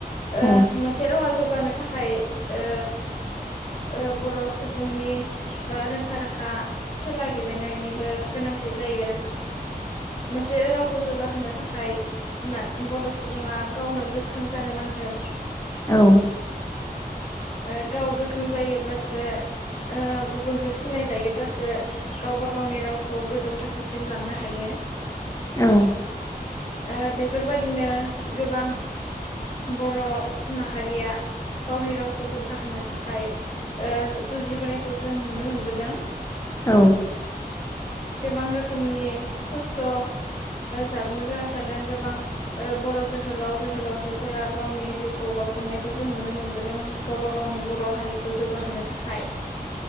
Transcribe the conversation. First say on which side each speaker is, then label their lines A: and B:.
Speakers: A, on the left (about 35°); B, on the left (about 20°).
A: ओ
B: औ
A: रावा जौगानो थाखाय ओ ओ बर' सुबुंनि बा रोंखा राखा खेला गेलेनायनिबो गोनांथि जायो मोनसेे राव खौ जौगाहोनो थाखाय बर' सुबुङा गावनो गोख्रों जानो नांगोन
B: औ
A: ओ गाव गोख्रों जायोब्लासो ओ गुबुनजों सिनायजायोब्लासो गावबा गावनि रावखौ गोजौ थाखो सिम लांनो हायो।
B: औ
A: ओ बेफोरबायदिनो गोबां बर' माहारिया गावनि रावखौ जौगाहोनो थाखाय ओ जुजिबोनायखौ जों नुनो मोनबोदों।
B: औ
A: गोबां रोखोमनि खस्थ' जाबोनो गोनां जादों, गोबां बर जोहोलाव जोहोलावजोफोरा गावनि जिउ खौ बाउसोमनायखौ जों नुनो मोनबोदों गावबा गावनि बर' हारि खौ जौगाहोनो थाखाय।